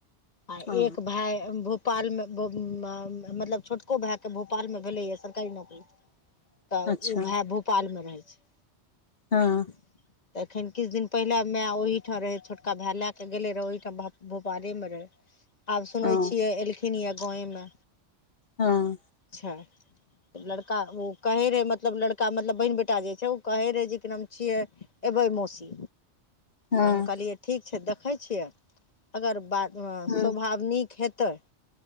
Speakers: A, on the left (about 35°); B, on the left (about 50°).
A: आ
B: ओ
A: एक भाय भऽ। पालमे भऽ, मतलब छोटका भाइके भोपालमे भेलैए सरकारी नौकरी। तऽ
B: अच्छा
A: ओ भाय भोपालमे रहै छै।
B: हँ
A: <inaudible> तऽ एखन किछु दिन पहिले माय ओहिठाम रहै, छोटका भाइ लए कऽ गेलै रहऽ, ओहिठाम भोपालमे रहै। आब सुनै
B: ओ
A: छियै, एलखिन ये गामे मे।
B: हँ
A: अच्छा लड़का ओ कहै रहै, मतलब लड़का, मतलब बहिन बेटा जे छै, ओ कहैत रहै जे कि नाम छियै। एबय मोसी
B: हँ
A: तऽ हम कहलियै, ठीक छै, देखै छियै अगर बात
B: हूँ
A: स्वभाव नीक हेतै।